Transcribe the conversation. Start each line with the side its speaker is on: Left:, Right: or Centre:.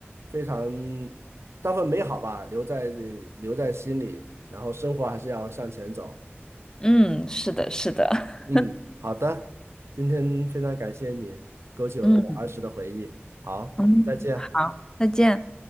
Right: 非常当份美好吧，留在留在心里，然后生活还是要向前走。
Left: 嗯，是的，是的。<laughs>
Right: 嗯，好的，今天非常感谢你，勾起了我们儿时的回忆。
Left: 嗯
Right: 好，
Left: 嗯，
Right: 再见。
Left: 好，再见。